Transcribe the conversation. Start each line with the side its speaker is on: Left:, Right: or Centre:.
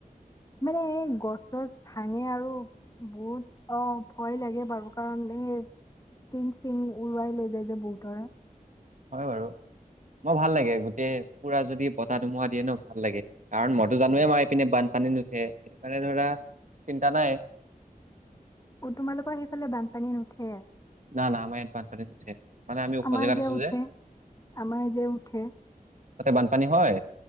Left: মানে এই গছ গছ ভাঙে আৰু বহুত অ', ভয় লাগে বাৰু কাৰণ এই টিং চিং উৰুৱাই লৈ যায় যে বহুতৰে।
Right: হয় বাৰু। মো ভাল লাগে গোটেই পুৰা যদি বতাহ ধুমোৱা দিয়ে ন ভাল লাগে, কাৰণ মইতো জানোৱে মাৰি পিনে বানপানী নুঠে সেইটো কাৰণে ধৰা চিন্তা নাই।
Left: অ', তোমালোকৰ সেইফালে বানপানী নুঠে?
Right: না না আমাৰ ইয়াত বান নুঠে। মানে আমি ওখ
Left: আমাৰ
Right: জেগাত
Left: যে
Right: আছো
Left: উঠে আমাৰ যে উঠে।
Right: তাতে বানপানী হয়।